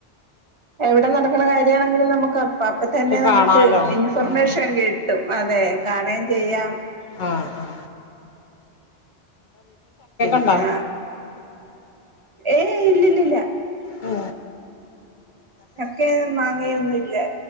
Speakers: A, on the right; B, on the left.
A: എവിടെ നടക്കണ കാര്യമാണെങ്കിലും നമുക്ക് അപ്പ അപ്പ തന്നെ
B: കാണാലോ
A: നമുക്ക് ഇൻഫർമേഷൻ
B: ഉം
A: കിട്ടും അതെ കാണുകയും ചെയ്യാം
B: ആ ആ
A: പിന്നെ
B: ഉണ്ടോ
A: ഏയ് ഇല്ലല്ലില്ല
B: ആ
A: ചക്കെ മാങ്ങയൊന്നും ഇല്ല